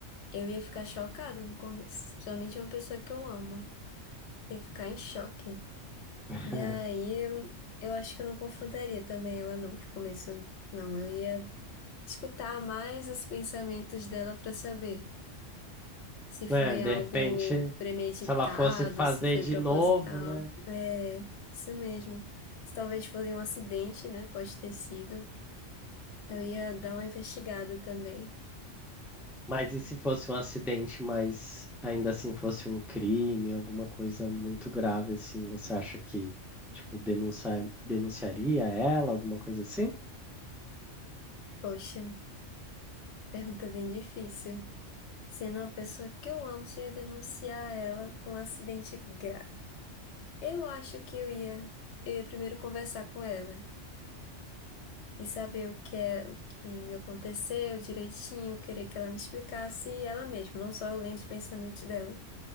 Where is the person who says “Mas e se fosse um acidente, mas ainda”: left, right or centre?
Centre